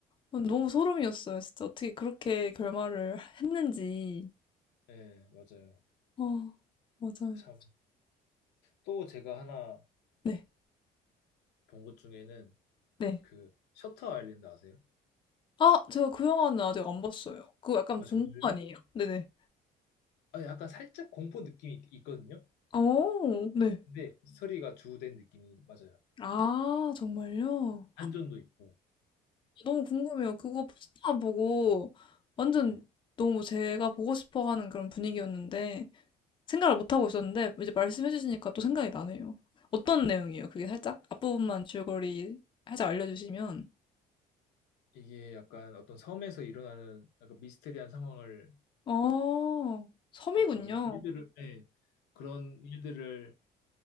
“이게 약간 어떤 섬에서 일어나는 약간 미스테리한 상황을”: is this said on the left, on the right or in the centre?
Left